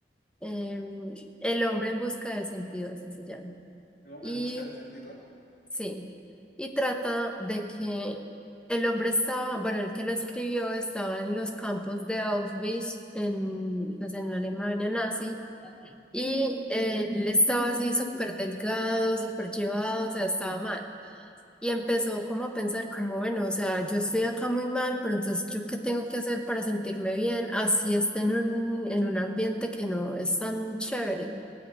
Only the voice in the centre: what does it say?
Em, El hombre en busca de sentido, así se llama.
Y
sí, y trata de que el hombre estaba, bueno, el que lo escribió estaba en los campos de Auschwitz, en, pues en la Alemania nazi, y él estaba así súper delgado, súper llevado, o sea, estaba mal. Y empezó como a pensar como, bueno, o sea, yo estoy acá muy mal, pero entonces ¿yo qué tengo que hacer para sentirme bien? Así esté en un, en un ambiente que no es tan chévere.